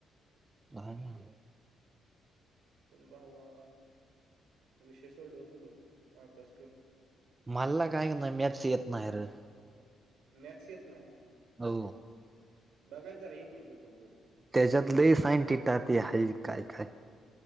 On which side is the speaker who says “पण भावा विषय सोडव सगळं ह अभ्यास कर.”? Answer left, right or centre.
Right